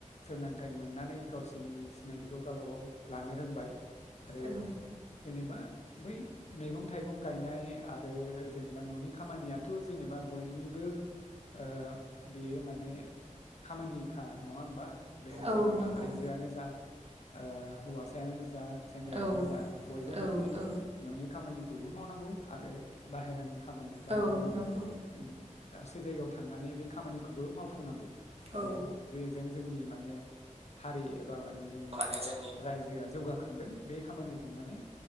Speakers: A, on the left; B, on the right.
A: सोंलों थाइ मोननानै गावसोरनि सिनायथिखौ गावबागाव लानो रोंबाय आरो
B: औ
A: जेनेबा बै मैगं थाइगं गायनाय आरो जेनेबा न'नि खामानियाथ' जेनेबा बयनिबो ओ बेयो माने खामानिखा नङा होमबा बे
B: औ
A: जेनेबा
B: नंगौ
A: आइजोआनो जा ओ हौवासायानो जा सेंग्रायानो
B: औ
A: जा बयबो
B: औ
A: माने
B: औ
A: न'नि खामानि खौबो मावनांगौ आरो बाहेरानि खामानि बा
B: औ
A: गुबुन
B: नंगौ
A: <unintelligible> दसे जायगायाव थांनानै बे खामानिखौबो मावफुंनांगौ। माने
B: औ
A: जे जों जोंनि माने हारि एबा माने जोंनि
B: माने जोंनि
A: रायजोआ जौगा खांगोन बे खामानिखौ माने